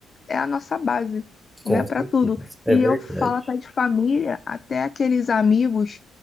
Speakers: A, on the left (about 40°); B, in the centre.
A: é a nossa base,
B: Com
A: né, para
B: certeza.
A: tudo.
B: É
A: E
B: verdade.
A: eu falo até de família, até aqueles amigos